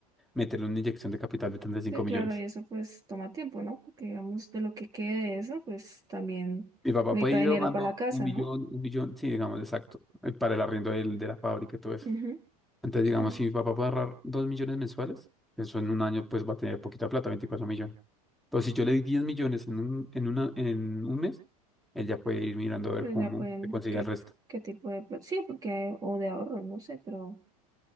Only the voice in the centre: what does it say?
meterle una inyección de capital de treinta y cinco
millones.
Mi papá
puede ir
ahorrando
un millón,
un millón, sí, digamos, exacto, eh, para el arriendo del- de, la fábrica y todo eso.
Entonces, digamos,
si mi papá puede ahorrar 2 millones mensuales, eso en un año, pues va a tener poquita plata, 24 millones. Pero si yo le di 10 millones en un, en una, en un mes, él ya puede ir mirando a ver
cómo
se consigue
el resto.